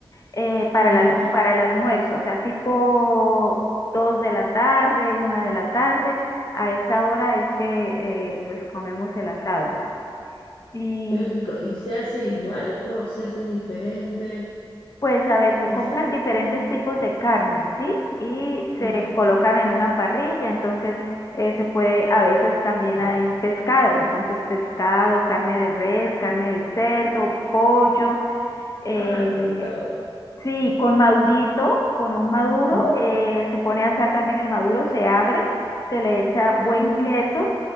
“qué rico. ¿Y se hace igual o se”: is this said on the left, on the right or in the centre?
Left